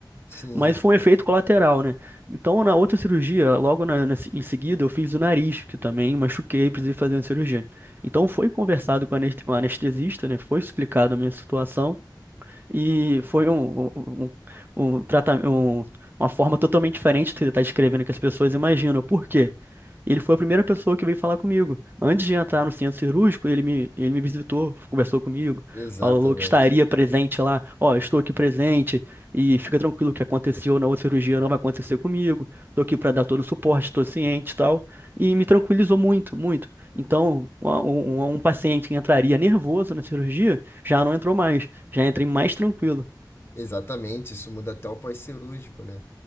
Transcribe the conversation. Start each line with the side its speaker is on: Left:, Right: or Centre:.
Left: Sim,
Right: Mas foi um efeito colateral, né? Então, na outra cirurgia, logo na- na se- em seguida, eu fiz o nariz, que também machuquei, precisei fazer uma cirurgia. Então, foi conversado com o anes- com o anestesista, né? Foi explicado a minha situação. E foi um, um, um, um um trata- um- uma forma totalmente diferente de estar escrevendo que as pessoas imaginam. Por quê? Ele foi a primeira pessoa que veio falar comigo. Antes de entrar no centro cirúrgico, ele me, ele me visitou, conversou comigo,
Left: exatamente.
Right: falou que estaria presente lá. Ó, estou aqui presente e fica tranquilo, o que aconteceu na outra cirurgia não vai acontecer comigo. Estou aqui para dar todo o suporte, estou ciente e tal. E me tranquilizou muito, muito. Então, um, um um paciente que entraria nervoso na cirurgia já não entrou mais. Já entrei mais tranquilo,
Left: Exatamente, isso muda até o pós-cirúrgico, né?